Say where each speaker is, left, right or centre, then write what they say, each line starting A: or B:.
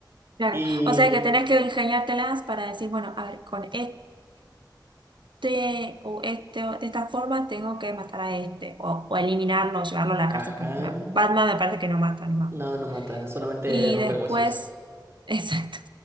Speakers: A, on the right; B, on the right.
A: Claro,
B: Y,
A: o sea que tenés que ingeniártelas para decir, bueno, a ver, con es- este o este o de esta forma tengo que matar a este, o, o eliminarlo, llevarlo a la
B: ajá,
A: cárcel, porque me- Batman me parece que no mata, no me
B: no,
A: acuerdo.
B: no mata, solamente
A: Y
B: rompe
A: después,
B: huesos.
A: <laughs> exacto,